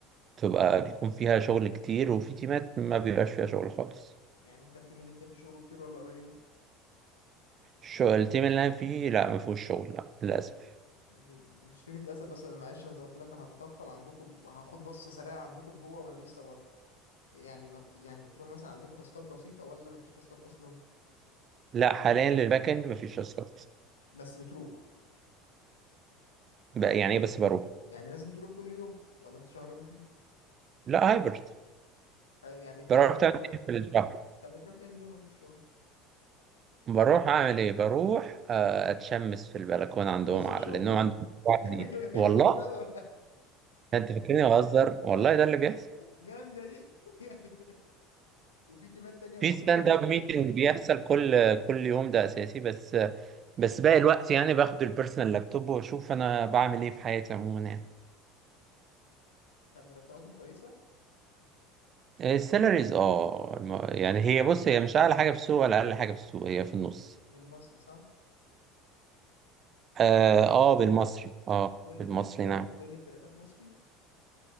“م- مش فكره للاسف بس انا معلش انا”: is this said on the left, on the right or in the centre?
Left